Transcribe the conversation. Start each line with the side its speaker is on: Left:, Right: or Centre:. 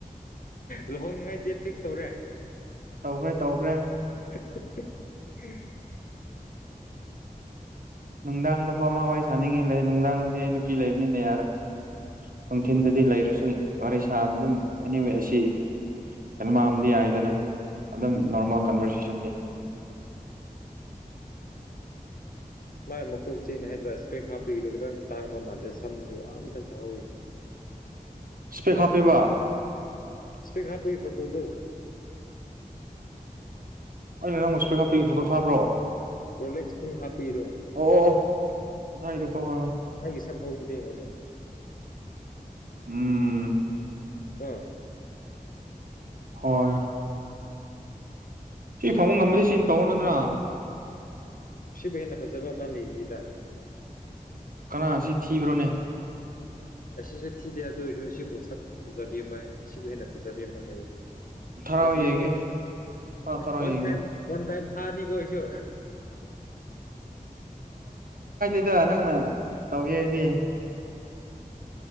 Left: ꯂꯧꯍꯣꯡꯅꯤꯡꯉꯥꯏ ꯗꯦꯠ ꯐꯤꯛꯁ ꯇꯧꯔꯦ
Right: ꯇꯧꯈ꯭ꯔꯦ ꯇꯧꯈ꯭ꯔꯦ
Left: <unintelligible>
Right: ꯅꯨꯡꯗꯥꯡꯗ ꯐꯃ ꯑꯣꯏ ꯁꯥꯅꯤꯡꯉꯤ ꯂꯩ ꯅꯨꯡꯗꯥꯡꯅꯗꯤ ꯑꯩ ꯅꯨꯄꯤ ꯂꯩꯕꯅꯤꯅ ꯌꯥꯔ ꯅꯨꯡꯊꯤꯟꯗꯗꯤ ꯂꯩꯔꯁꯨ ꯋꯥꯔꯤ ꯁꯥꯗ ꯑꯗꯨꯝ ꯑꯦꯅꯤ ꯋꯦ ꯑꯁꯤ ꯌꯥꯝꯩꯅꯣ ꯃꯥꯡꯕꯗꯤ ꯌꯥꯏꯗꯅ ꯑꯗꯨꯝ ꯅꯣꯔꯃꯦꯜ ꯀꯟꯚꯔꯁꯦꯁꯟ ꯗꯦ
Left: ꯃ ꯃꯨꯀꯨꯕ ꯆꯅ ꯍꯥꯏ ꯏꯁꯄꯦꯛ ꯍꯥꯞꯄꯤꯗꯨꯣ ꯈꯤꯇꯪ ꯇꯥꯡꯕ ꯃꯃꯜꯂꯦ ꯁꯝꯗꯣ ꯑꯝꯊꯛꯇ ꯍꯧꯋꯤ
Right: ꯁ꯭ꯄꯦꯛ ꯀ ꯍꯥꯄꯦꯕ
Left: ꯏꯁꯇꯦ ꯈ ꯍꯥꯄꯔꯤ ꯐꯠꯇꯣꯗꯣ
Right: ꯑꯩꯅ ꯅꯪꯕꯨ ꯏꯁꯄꯦꯛ ꯍꯥꯞꯄꯄꯤꯒꯤ ꯐꯣꯇꯣ ꯊꯥꯕ꯭ꯔꯣ
Left: ꯄ꯭ꯔꯣꯂꯦꯛꯁ ꯄꯨꯡ ꯍꯥꯞꯄꯤꯔꯣ
Right: ꯑꯣ ꯑꯣ ꯑꯣ ꯉꯁꯥꯏꯒꯤꯗꯣꯀꯣ ꯍꯣꯏ ꯍꯣꯏ
Left: ꯃꯥ ꯁꯝꯍꯧꯕꯗ ꯃꯅꯦ
Right: ꯎꯝ
Left: ꯑꯥ
Right: ꯍꯣꯏ ꯁꯤ ꯐꯪꯕ ꯉꯝꯃꯗꯤ ꯁꯤ ꯇꯧꯑꯣ ꯅꯠꯇ꯭ꯔ
Left: ꯕꯨ ꯍꯦꯟꯅ ꯐꯖꯕ ꯃꯥꯥ ꯂꯤꯔꯤꯌꯦꯗ
Right: ꯀꯅꯥ ꯑꯁꯤ ꯊꯤꯕ꯭ꯔꯣꯅꯦ
Left: ꯑꯁꯤꯁꯨ ꯊꯤꯗꯦ ꯑꯗꯨ ꯑꯣꯏꯔꯁꯨ ꯁꯤꯕꯨ ꯁꯛ ꯐꯖꯕꯤ ꯑꯃ ꯁꯤꯕꯨ ꯍꯦꯟꯅ ꯐꯖꯕꯤ ꯑꯃ ꯂꯩꯌꯦ
Right: ꯊꯥꯔꯛꯑꯣ
Left: ꯊꯕꯤꯔꯣ
Right: ꯌꯦꯡꯒꯦ ꯊꯥꯔꯛꯑꯣ ꯊꯥꯔꯛꯑꯣ
Left: ꯋꯥꯟꯥꯏ
Right: ꯌꯦꯡꯒꯦ
Left: ꯋꯥꯟ ꯇꯥꯏꯝ ꯊꯥꯅꯤ ꯀꯣꯏꯁꯨ
Right: ꯏ ꯅꯪꯅ ꯇꯧꯒꯦ ꯑꯩꯗꯤ